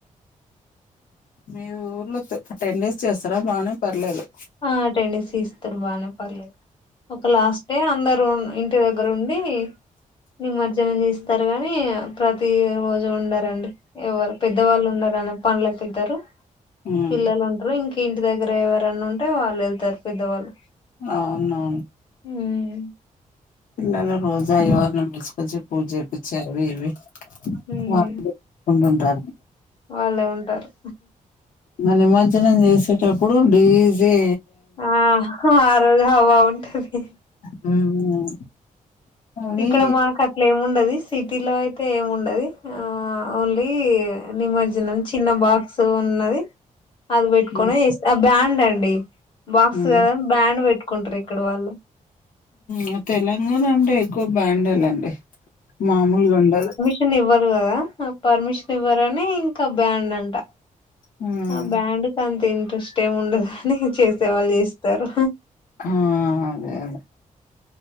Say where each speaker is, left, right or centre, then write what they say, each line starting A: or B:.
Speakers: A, on the left (about 80°); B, on the left (about 35°).
A: మీ ఊర్లో టెన్ డేస్ చేస్తారా బానే పర్లేదు
B: ఆ టెన్ డేస్ తీస్తారు బానే పర్లేదు ఒక లాస్ట్ డే అందరు ఉన్ ఇన్ ఇంటి దగ్గరూండి నిమజ్జనం చేస్తారు గాని ప్రతి రోజు ఉండారండి ఎవరు పెద్దవాళ్ళు ఉండారని పనులకు వెళ్తారు
A: హ్మ్.
B: పిల్లలు ఉంటరు ఇం ఇంటి దగ్గర ఎవరన్న ఉంటే వాళ్ళు వెళ్తారు పెద్దవాళ్ళు
A: అవున
B: మ్
A: పిల్లలను రోజు అయ్యగారులను పీల్చుకొచ్చి పూజ చేపిచ్చి అవి ఇవి
B: ఉమ్
A: వా ఉంటుంటారు
B: వాళ్ళే ఉంటారు
A: నిమజ్జనం చేసేటప్పుడు డీజె
B: ఆ ఆ రోజు అవ ఉంటది
A: హ్మ్. అవి
B: ఇక్కడ మాకు ఏముండది సిటీ లో అయితే ఏముండది ఆ ఓన్లీ నిమజ్జనం చిన్న బాక్స్ స్ ఉన్నది అది పెట్టుకిని
A: హ్మ్.
B: ఎస్ ఆ బ్యాండ్ అండి బాక్స్
A: హ్మ్.
B: కద్ కని బ్యాండ్ పెట్టుకుంటారు ఇక్కడి వాళ్ళు
A: మ్ తెలంగాణ అంటే ఎక్కువ బ్యాండే లెండి మామూలుగా ఉండదు
B: షన్ ఇవ్వరు కదా పర్మిషన్ ఇవ్వరని ఇంకా బ్యాండ్ అంట
A: హ్మ్.
B: ఆ బ్యాండ్ కి అంత ఇంట్రెస్ట్ ఏమి ఉండదు కని చేసే వాళ్ళు చేస్తారు
A: ఆ అదే అదే